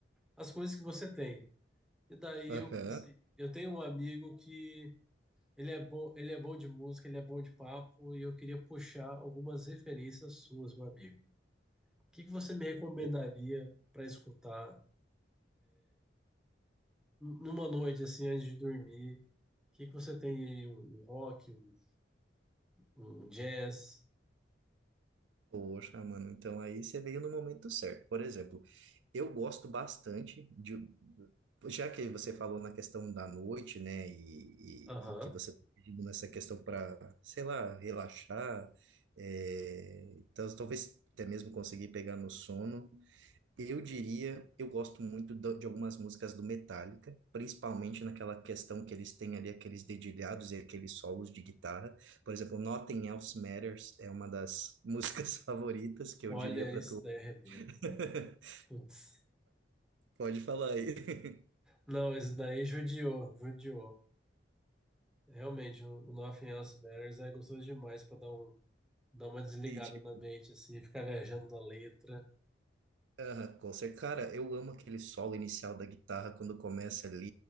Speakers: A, in the centre; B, on the right.
A: as coisas que você tem. E daí
B: Aham.
A: eu pensei, eu tenho um amigo que ele é bom, ele é bom de música, ele é bom de papo e eu queria puxar algumas referências suas, meu amigo. O que que você me recomendaria
B: Po-
A: para escutar numa noite assim antes de dormir, o que que você tem aí? Um, um rock, um, um jazz?
B: Poxa, mano, então aí você veio no momento certo. Por exemplo, eu gosto bastante de. Já que você falou na questão da noite, né, e,
A: Aham.
B: e- e que você tá pedindo nessa questão para, sei lá, relaxar, é, então talvez até mesmo conseguir pegar no sono. Eu diria, eu gosto muito do- de algumas músicas do Metallica, principalmente naquela questão que eles têm ali aqueles dedilhados e aqueles solos de guitarra. Por exemplo, Nothing Else Matters é uma das <laughs> músicas favoritas que
A: Olha,
B: eu diria para
A: esse
B: tu.
A: daí
B: <laughs>
A: arrebenta, né? Putz.
B: Pode falar aí. <laughs>
A: Não, esse daí judiou, judiou. Realmente, o o Nothing Else Matters é gostoso demais pra dar um, dar uma desligada
B: E, tipo,
A: na mente assim, ficar viajando na letra.
B: aham, com certeza. Cara, eu amo aquele solo inicial da guitarra quando começa ali.